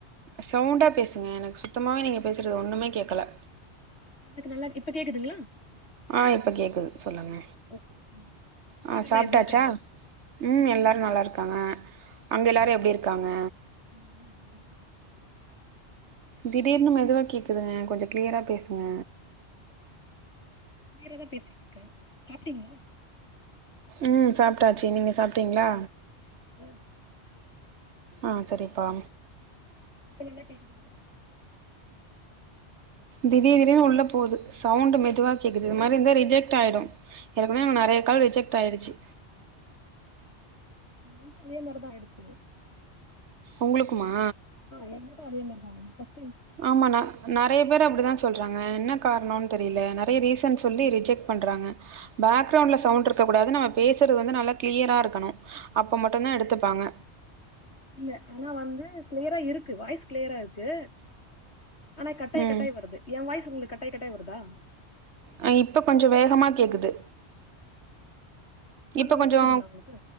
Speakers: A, on the right; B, on the left.
A: சவுண்டா பேசுங்க எனக்கு சுத்தமாவே நீங்க பேஸ்றது ஒண்ணுமே கேக்கல
B: எனக்கு நல்லா கேக் இப்ப கேக்குதுங்ளா
A: ஆ இப்ப கேக்குது சொல்லுங்க
B: ஓகே சொல்லுங்க
A: ஆ
B: வீட்லல்லா
A: சாப்ட்டாச்சா
B: எப்டி இருக்காங்க
A: ம் எல்லாரு நல்லா இருக்காங்க அங்க எல்லாரு எப்டி இருக்காங்க
B: இங்க எல்லாரு நல்லா இருக்காங்க
A: திடீர்னு மெதுவா கேக்குதுங்க கொஞ்சோ க்ளியரா பேசுங்க
B: க்ளியராதா பேசிட்ருக்கே சாப்டிங்ளா
A: ம் சாப்ட்டாச்சு நீங்க சாப்ட்டிங்ளா
B: ம்
A: ஆ செரிப்பா
B: இப்ப நல்லா கேக்குதுங்ளா
A: திடீர் திடீர்னு உள்ள போது சவுண்ட் மெதுவா கேக்குது இத மாரி இருந்த ரிஜட் ஆயிடு ஏர்கனவே நெறைய கால் ரிஜக்ட் ஆய்டுச்சி
B: என்து அதே மாரி தா ஆயிடுச்சு
A: உங்குளுக்குமா
B: ஆ எனக்கு அதே மாரி தா ஃ பஸ்ட்
A: ஆமான்னா நெறையா பேர் அப்டித்தான் சொல்றாங்க என்ன காரணோனு தெரில நெறைய ரீசன் சொல்லி ரிஜெக்ட் பண்றாங்க பேக் ரவுண்ட்ல சவுண்ட் இருக்க கூடாது நம்ம பேசுறது வந்து நல்லா கிளியரா இருக்கணும் அப்ப மட்டும் தா எடுத்துப்பாங்க
B: இல்ல ஆனா வந்து கிளியரா இருக்கு வாய்ஸ் கிளியரா இருக்கு ஆனா கட்டாய்
A: ம்
B: கட்டாய் வருது என் வாய்சு உங்குளுக்கு கட்டாய் கட்டாய் வருதா
A: அ இப்ப கொஞ்சோ வேகமா கேக்குது இப்ப
B: நல்லா
A: கொஞ்சோ
B: கேக்குதுங்களா உங்குளுக்கு